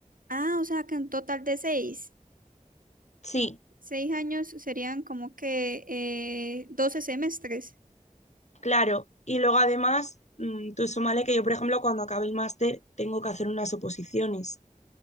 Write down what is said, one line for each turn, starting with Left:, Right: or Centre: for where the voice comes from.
Right: Ah, o sea que un total de seis,
Left: Sí,
Right: seis años serían como que eh, 12 semestres.
Left: claro. Y luego además, mm, tú súmale que yo, por ejemplo, cuando acabe el máster tengo que hacer unas oposiciones.